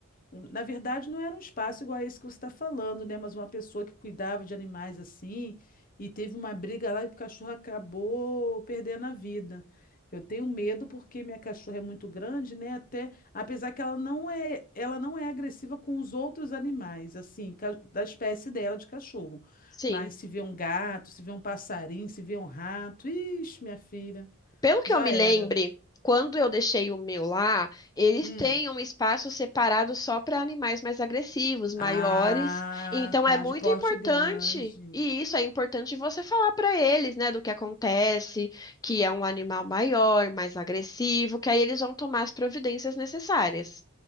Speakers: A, on the left (about 40°); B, on the left (about 15°).
A: um- Na verdade, não era um espaço igual a esse que você está falando, né? Mas uma pessoa que cuidava de animais assim, e teve uma briga lá e o cachorro acabou perdendo a vida. Eu tenho medo porque minha cachorra é muito grande, né? Até, apesar que ela não é, ela não é agressiva com os outros animais, assim, ca- da espécie dela de cachorro.
B: Sim.
A: Mas se vê um gato, se vê um passarinho, se vê um rato, ixi, minha filha,
B: Pelo que
A: já
B: eu me
A: era.
B: lembre, quando eu deixei o meu lá, eles
A: Hum.
B: têm um espaço separado só para animais mais agressivos, maiores.
A: Ah,
B: Então
A: tá,
B: é muito
A: de porte
B: importante,
A: grande.
B: e isso é importante você falar para eles, né, do que acontece, que é um animal maior, mais agressivo, que aí eles vão tomar as providências necessárias.